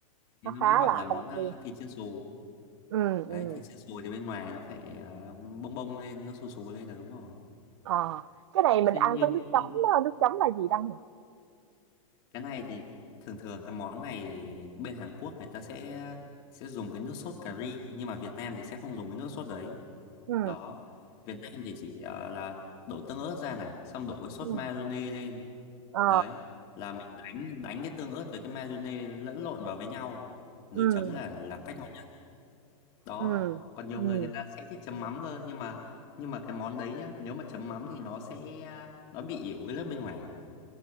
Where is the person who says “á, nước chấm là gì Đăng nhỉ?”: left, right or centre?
Right